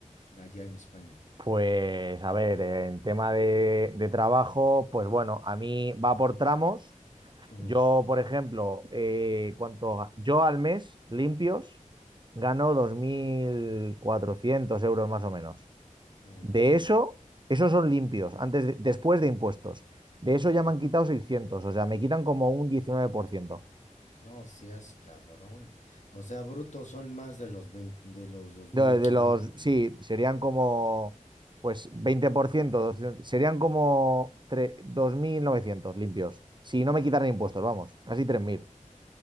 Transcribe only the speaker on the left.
allá en España?
Ujú,
Ok.
No seas cabrón. O sea, brutos son más de los 20, de los 2.500.
güey.